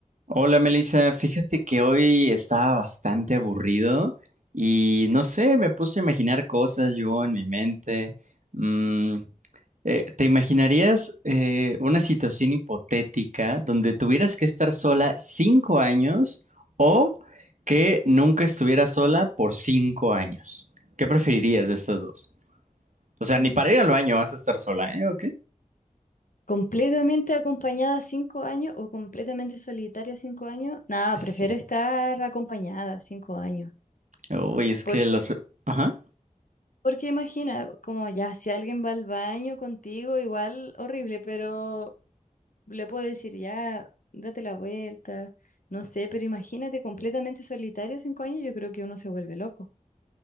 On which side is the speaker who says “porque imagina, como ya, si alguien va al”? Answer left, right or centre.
Left